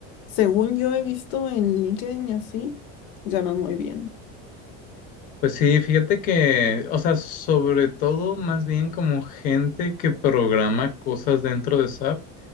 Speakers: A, on the left; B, on the left.
A: según yo he visto en LinkedIn y así, ganan muy bien.
B: Pues sí, fíjate que, o sea, sobre todo más bien como gente que programa cosas dentro de SAP.